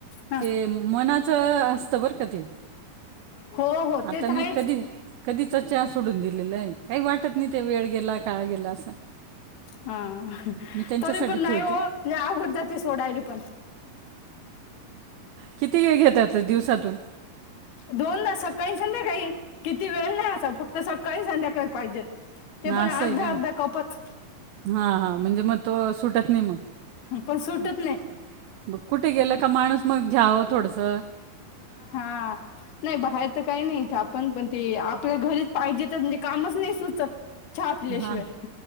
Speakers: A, on the left; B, on the right.
A: हा
B: ते मनाचं असतं बरं का ते.
A: हो हो
B: आता
A: ते तर
B: मी
A: आहेच
B: कधी कधीचा च्या सोडून दिलेला आहे काही वाटत नाही ते वेळ गेला काळ गेला असं.
A: हा
B: मी त्यांच्यासाठी
A: तरी पण नाही
B: ठेवते
A: हो लय अवघड जाती सोडायली पण. <inaudible>
B: किती वेळ दिवसातून.
A: दोन दा सकाळी संध्याकाळी,, किती वेळ नाही असं, फक्त सकाळी संध्याकाळी पाहिजेत. ते पण
B: आसय
A: अर्धा
B: का,,
A: अर्धा कपच
B: हा हा. म्हणजे मग तो सुटत नाही मग,,
A: पण
B: सुटत
A: नाही
B: नाही, कुठे गेला का माणूस मग घ्यावं,, थोडसं.
A: हां. नाही बाहेर तर काही नाही इथं आपण पण ते, आपल्या घरीच पाहिजे, तर म्हणजे कामच नाही सुचत. चहा पिल्याशिवाय,,,
B: हां